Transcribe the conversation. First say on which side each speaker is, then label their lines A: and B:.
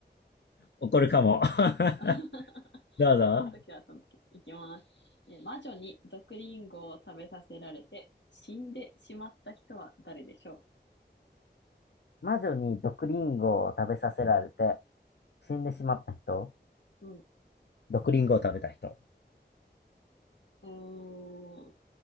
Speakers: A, on the left; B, on the left.
A: 怒るかも。<laughs>
B: <laughs>
A: どうぞ。
B: まあ、その時はその時。いきます。え魔女に毒リンゴを食べさせられて死んでしまった人は誰でしょ
A: 魔女に毒リンゴを食べさせられて死んでしまった人
B: ううん。
A: 毒リンゴを食べた人。
B: うーん。